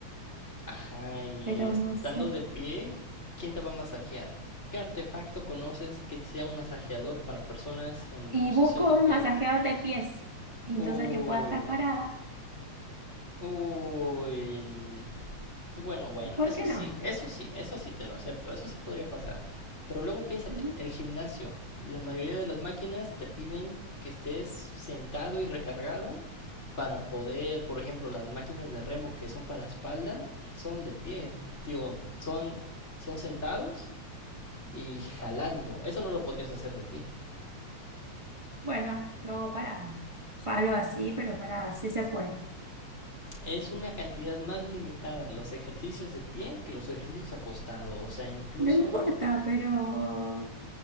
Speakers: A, on the left; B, on the right.
A: Ajá, y
B: pero
A: estando
B: no sé.
A: de pie, ¿quién te va a masajear? ¿Qué artefacto conoces que sea un masajeador para personas en
B: Y
A: posición
B: busco
A: de pie?
B: un masajeador de pies, y
A: Uy,
B: entonces que pueda estar parada.
A: Uy. Bueno, bueno,
B: ¿Por
A: eso
B: qué
A: sí,
B: no?
A: eso sí, eso sí te lo acepto, eso sí podría pasar. Pero luego piénsate,
B: Ujú.
A: el gimnasio, la mayoría de las máquinas te piden que estés sentado y recargado para poder, por ejemplo, las máquinas de remo que son para espalda, son de pie. Digo, son, son sentados y jalando. Eso no lo podrías hacer de pie.
B: Bueno, luego parada. Jalo así, pero parada, sí se puede.
A: Es una cantidad más limitada los ejercicios de pie que los ejercicios acostado. O sea, incluso
B: No importa, pero